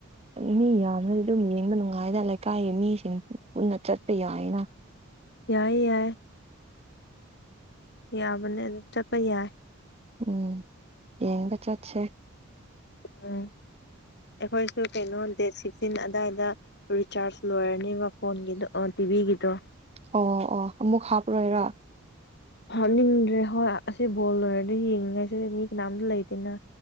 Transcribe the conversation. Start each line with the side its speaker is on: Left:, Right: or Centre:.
Right: ꯃꯤ ꯌꯥꯝꯅꯗꯤ ꯑꯗꯨꯝ ꯌꯦꯡꯕ ꯅꯨꯡꯉꯥꯏꯅ ꯂꯩꯀꯥꯏꯒꯤ ꯃꯤꯁꯤꯡ ꯄꯨꯟꯅ ꯆꯠꯄ ꯌꯥꯏꯅ
Left: ꯭ꯦ ꯌꯥ ꯌꯥꯕꯅꯦ ꯑꯗꯨ ꯆꯠꯄ ꯌꯥꯏ
Right: ꯎꯝ ꯌꯦꯡ ꯆꯁꯦ
Left: ꯎꯝ ꯑꯩꯈꯣꯏꯁꯨ ꯀꯩꯅꯣ ꯗꯦꯠ ꯁꯤꯛꯁꯇꯤꯟ ꯑꯗꯨꯋꯥꯏꯗ ꯔꯤꯆꯥꯔꯖ ꯂꯣꯏꯔꯅꯦꯕ ꯐꯣꯟꯒꯤꯗ ꯇꯤꯚꯤꯒꯤꯗꯣ
Right: ꯑꯣ ꯑꯣ ꯑꯃꯨꯛ ꯍꯥꯞꯔꯣꯏꯔ
Left: ꯍꯥꯞꯅꯤꯡꯗ꯭ꯔꯦ ꯍꯣꯏ ꯑꯁꯤ ꯕꯣꯜ ꯂꯣꯏꯔꯗꯤ ꯌꯦꯡꯤꯉꯥꯏꯁꯤ ꯃꯤ ꯀꯅꯥꯝꯇ ꯂꯩꯗꯦꯅ